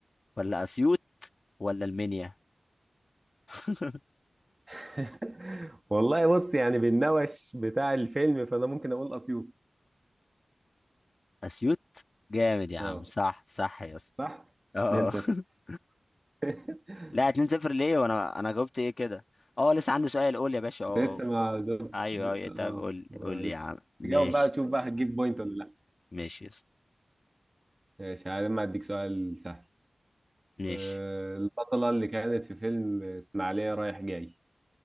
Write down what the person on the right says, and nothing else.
<laughs> والله بص يعني بالنوش بتاع الفيلم فانا ممكن اقول اسيوط
اه
صح
2 0
<laughs>
انت لسه ما جاوب-
اه
ما
لسه
تجاوب بقى تشوف بقى هتجيب بوينت ولا
ماشي عادي ما اديك سؤال سهل
آه، البطلة اللي كانت في فيلم إسماعيلية رايح جاي